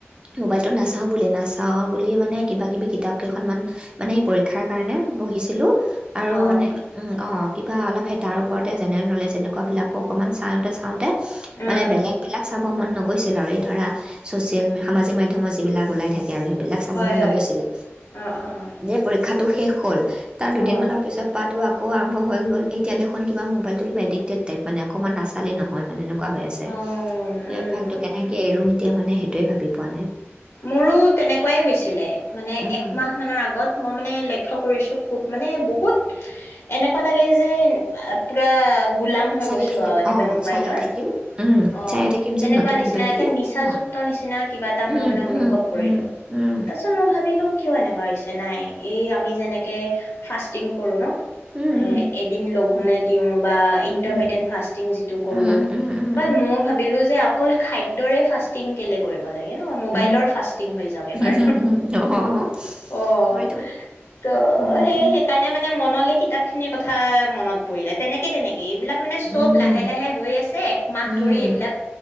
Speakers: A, on the right; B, on the left.
A: মোবাইলটো নাচাও বুলিয়ে নাচ। চাওঁ বুলি মানে কিবা কিবি কিতাপকেইখনমান মানে পৰীক্ষাৰ কাৰণে পঢ়িছিলোঁ। আৰু
B: অ',
A: মানে, উম অ'। কিবা অলপ সেই তাৰ ওপৰতে জেনেৰেল নলেজ এনেকুৱাবিলাকো অকণমান চাওঁতে চাওঁতে
B: উম,
A: মানে বেলেগ বিলাক চাব মন নগ গৈছিল আৰু এই ধৰা, ছ'চিয়েল সামাজিক মাধ্যমত যিবিলাক ওলাই থাক কে আৰু সেইবিলাক চাব
B: হয়,
A: মন
B: হয়,
A: নগৈছিলে,
B: অ', অ', অ',
A: যেই পৰীক্ষাটো শেষ হ'ল। তাৰ দুদিন
B: অ',
A: মানৰ পিছৰ পৰাটো আক কৌ আৰম্ভ হৈ গ'ল, এতিয়া দেখোন কিবা ম'বাইলটো কিবা এডিক্টেড টাইপ, মানে অকনমান নাচালেই নহয় মানে এনেক কুৱা হৈ আছে।
B: অ',
A: সেই
B: উম,
A: অভ্যাসতটো
B: উম,
A: কেনেকে এৰোঁ এতিয়া মানে সেই সেইটোৱে ভাৱি পোৱা নাই।
B: মোৰো তেনেকুৱাই হৈছিলে, মানে
A: নাই
B: একমাহ মানৰ আগত মই মানে লক্ষ্য কৰিছোঁ, খুব মানে বহুত এনেকুৱা লাগেই যেন, পুৰা গোলাম হৈ
A: চায়ে
B: গৈছোঁ
A: থাকিম
B: আৰু একেবাৰে
A: অ
B: ম'বাইলৰ,
A: চায়ে থাকিম
B: অ',
A: চায়ে থাকিম যেন
B: তেনেকুৱা
A: নতুন
B: নিচিনা
A: কিবা কিবি
B: একে, নিচাযুক্ত
A: অ
B: নিচিনা কিবা এটা মই
A: উম
B: মানে অনুভৱ
A: উম
B: কৰিলোঁ,
A: উম
B: তাৰপিছত মই ভাৱিলো কিয় এনেকুৱা হৈছে? নাই, এই আমি যেনেকে, ফাষ্টিং কৰোঁ ন
A: উম
B: এ, এদিন লঘোনে দিওঁ বা ইণ্টাৰমেটেন
A: উম
B: ফাষ্টিং যিটো কৰোঁ,
A: উম উম উম উম
B: বাত মই ভাবিলোঁ যে অকল খাদ্যৰে ফাষ্টিং কেলেই কৰিব লাগে? ন' ম'বাইলৰ
A: উম
B: ফাষ্টিং হৈ যাওঁক এইবাৰ।
A: উম উম অ
B: অ',
A: হয়তো
B: ত'
A: উম
B: সেই-সেইকাৰণে মানে মনলে কিতাপ খিনিৰ কথাই মনত পৰিলে, তেনেকে তেনেকে এইবিলাক মানে চব
A: উম
B: লাহে লাহে হৈ আছে, একমাহ
A: উম
B: ধৰি এইবিলাক